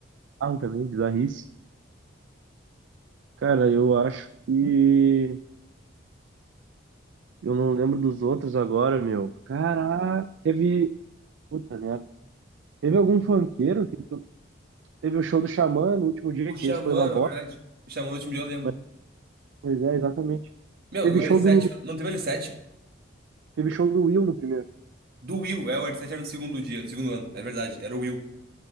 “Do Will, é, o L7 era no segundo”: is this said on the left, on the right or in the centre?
Right